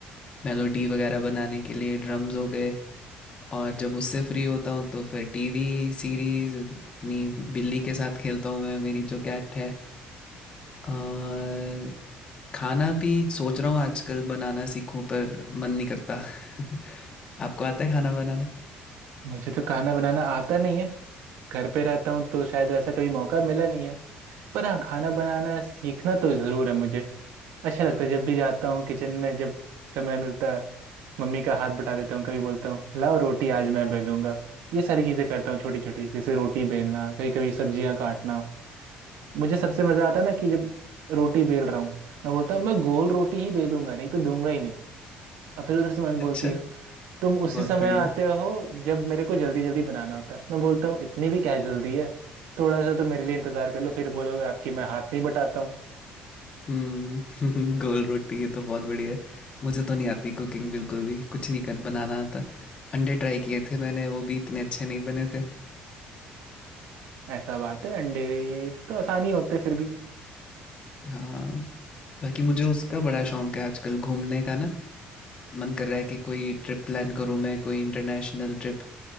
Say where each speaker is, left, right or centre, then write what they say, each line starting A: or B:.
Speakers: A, on the left (about 30°); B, on the right (about 80°).
A: मेलोडी वगैरह बनाने के लिए ड्रम्स हो गए और जब उससे फ्री होता हूँ तो फिर टीवी सीरीज अपनी बिल्ली के साथ खेलता हूँ मैं मेरी जो कैट है और खाना भी सोच रहा हूँ आजकल बनाना सीखूं पर मन नहीं करता <laughs> आपको आता है खाना बनाना
B: मुझे तो खाना बनाना आता नहीं है घर पे रहता हूँ तो शायद वैसा कभी मौका मिला नहीं है पर हाँ खाना बनाना सीखना तो ज़रूर है मुझे अच्छा लगता है जब भी जाता हूँ किचन में जब समय मिलता है मम्मी का हाथ बटा देता हूँ कभी बोलता हूँ लाओ रोटी आज मैं बेलूंगा ये सारी चीज़ें करता हूँ छोटी छोटी जैसे रोटी बेलना कभी कभी सब्जियाँ काटना मुझे सबसे मज़ा आता है ना कि जब रोटी बेल रहा हूँ मैं बोलता हूँ मैं गोल रोटी ही बेलूंगा नहीं तो दूंगा ही नहीं और फिर उधर से मम्मी बोलती
A: अच्छा
B: है तुम उसी
A: बहुत
B: समय
A: बढ़िया
B: आते हो जब मेरे को जल्दी जल्दी बनाना होता है मैं बोलता हूँ इतनी भी क्या जल्दी है थोड़ा सा तो मेरे लिए इंतजार कर लो फिर बोलोगे आपकी मैं हाथ नहीं बटाता हूँ
A: हम्म <laughs> गोल रोटी ये तो बहुत बढ़िया है मुझे तो नहीं आती कुकिंग बिल्कुल भी कुछ नहीं कर, बनाना आता अंडे ट्राई किए थे मैंने वो भी इतने अच्छे नहीं बने थे
B: ऐसा बात है अंडे तो आसानी होते फिर भी
A: हाँ बाकी मुझे उसका बड़ा शौक है आजकल घूमने का ना मन कर रहा है कि कोई ट्रिप प्लान करूँ मैं कोई international trip